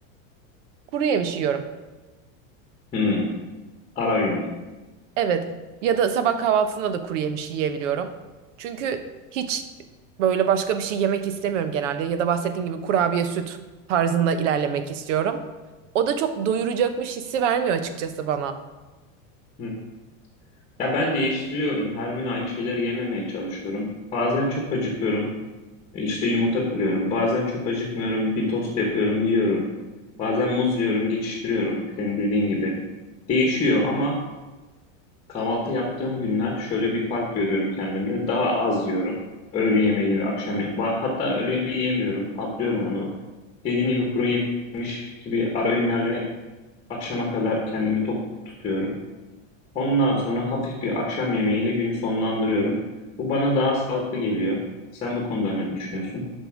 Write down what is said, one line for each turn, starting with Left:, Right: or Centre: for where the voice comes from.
Right: kuru yemiş yiyorum.
Left: Hmm, ara öğünler.
Right: Evet. Ya da sabah kahvaltısında da kuru yemiş yiyebiliyorum. Çünkü hiç böyle başka bir şey yemek istemiyorum genelde. Ya da bahsettiğim gibi kurabiye süt tarzında ilerlemek istiyorum. O da çok doyuracakmış hissi vermiyor açıkçası bana.
Left: Hı. Ya ben değiştiriyorum. Her gün aynı şeyleri yememeye çalışıyorum. Bazen çok acıkıyorum. İşte yumurta kırıyorum. Bazen çok acıkmıyorum. Bir tost yapıyorum, yiyorum. Bazen muz yiyorum, geçiştiriyorum. Senin dediğin gibi. Değişiyor ama kahvaltı yaptığım günler şöyle bir fark görüyorum kendimde. Daha az yiyorum. Öğle yemeğini ve akşam yemeğini. Hatta öğle yemeği yemiyorum. Atlıyorum onu. Dediğin gibi kuru yemiş gibi ara öğünlerle akşama kadar kendimi tok tutuyorum. Ondan sonra hafif bir akşam yemeğiyle günü sonlandırıyorum. Bu bana daha sağlıklı geliyor. Sen bu konuda ne düşünüyorsun?